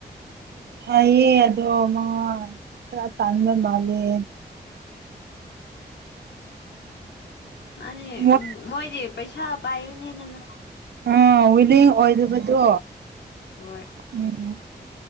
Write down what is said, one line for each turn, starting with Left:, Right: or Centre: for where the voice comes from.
Right: ꯍꯥꯏꯌꯦ ꯑꯗꯣ ꯃ ꯈꯔ ꯇꯥꯟꯕ ꯃꯥꯜꯂꯦ
Left: ꯃꯥꯅꯤ
Right: ꯃꯣꯏ
Left: ꯃꯣꯏꯗꯤ ꯄꯩꯁꯥ ꯄꯥꯏ ꯅꯅ
Right: ꯑ ꯋꯤꯂꯤꯡ ꯑꯣꯏꯗꯕꯗꯣ
Left: ꯍꯣꯏ
Right: ꯎꯝ